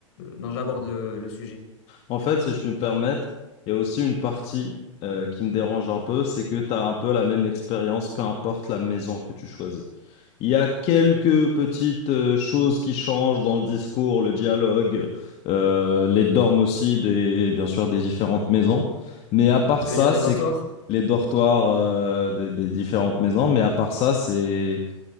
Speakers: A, on the left (about 55°); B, on the left (about 35°).
A: dont j'aborde le, le sujet.
B: En fait, si je puis me permettre, il y a aussi une partie euh, qui me dérange un peu, c'est que tu as un peu la même expérience, peu importe la maison que tu choisis. Il y a quelques petites euh, choses qui changent dans le discours, le dialogue, euh, les dormes aussi, des, bien sûr, des différentes maisons. Mais à part
A: Tu
B: ça,
A: veux dire les
B: c'est
A: dortoirs?
B: les dortoirs euh, des, des différentes maisons, mais à part ça, c'est